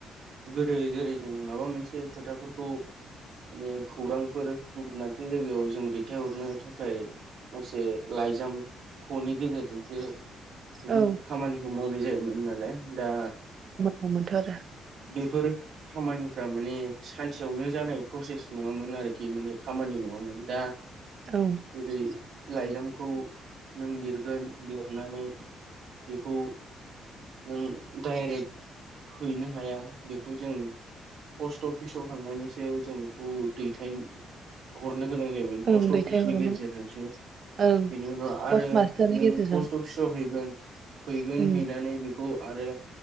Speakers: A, on the right; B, on the right.
A: गोदो जेरै जों माबा मोनसे खोथाफोरखौ माने खौरांफोर गुबुन मोनसे जायगायाव जों दैथायहरनो थाखाय माखासे लाइजाम खनि गेजेरजोंसो बेफोर
B: औ
A: खामानिखौ मावनाय जायो मोनोनालाय दा
B: मोनथ आरो
A: बेफोर खामानिफ्रा माने सानसेयावनो जानाय प्रसेस नङामोन आरोखि माने खामानि नङामोन दा
B: ओं
A: जेरै लाइजामखौ नों लिरगोन लिरनानै बेखौ नों डाइरेक्ट हैनो हाया बेखौ जों पस्त अफिसाव थांनानैसो जों बेखौ दैथाय हर हरनो गोनां जायोमोन पस्ट
B: ओं
A: अफिसनि
B: दैथायहरोमोन
A: गेजेरजोंसो
B: ओं
A: बेनि उनाव आरो
B: पस्ट मास्टारनि
A: नों
B: गेजेरजों
A: पस्ट अफिसाव हैगोन <inaudible> हैगोन
B: उम
A: हैनानै बे खौ आरो